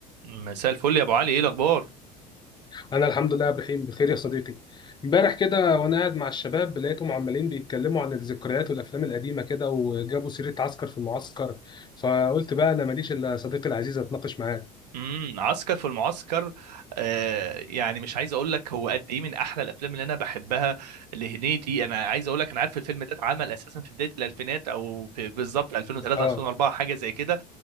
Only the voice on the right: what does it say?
مساء الفل يا ابو علي ايه الاخبار
امم عسكر في المعسكر آه يعني مش عايز اقول لك هو قد ايه من احلى الافلام اللي انا بحبها لهنيدي انا عايز اقول لك انا عارف الفيلم ده اتعمل اساسا في بدايه الالفينات او في بالظبط 2003
2004 حاجه زي كده